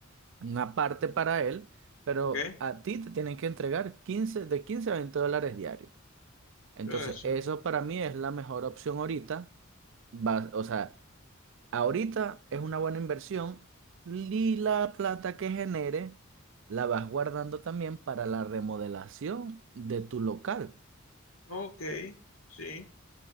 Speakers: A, on the right; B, on the left.
A: una parte para él, pero
B: Ok.
A: a ti te tienen que entregar quince de 15 a 20 dólares diarios. Entonces,
B: Todo eso.
A: eso para mí es la mejor opción ahorita. Va- o sea, ahorita es una buena inversión y la plata que genere la vas guardando también para la remodelación de tu local.
B: Ok. Sí.